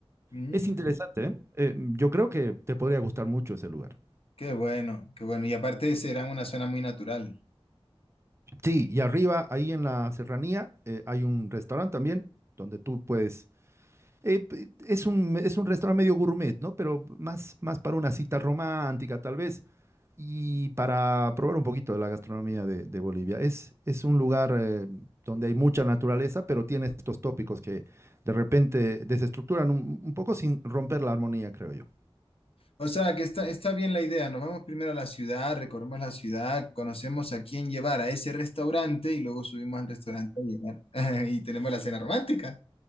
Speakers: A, on the left; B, on the right.
A: Mm,
B: es interesante, ¿eh? Eh, yo creo que te podría gustar mucho ese lugar.
A: qué bueno, qué bueno. Y aparte será una zona muy natural.
B: Sí, y arriba, ahí en la serranía, eh, hay un restaurante también donde tú puedes... eh, p- es un, es un restaurante medio gourmet, ¿no? Pero más, más para una cita romántica, tal vez, y para probar un poquito de la gastronomía de, de Bolivia. Es, es un lugar eh, donde hay mucha naturaleza, pero tiene estos tópicos que de repente desestructuran un, un poco sin romper la armonía, creo yo.
A: O sea, que está, está bien la idea. Nos vamos primero a la ciudad, recorremos la ciudad, conocemos a quién llevar a ese restaurante y luego subimos al restaurante a llevar. <laughs> Y tenemos la cena romántica.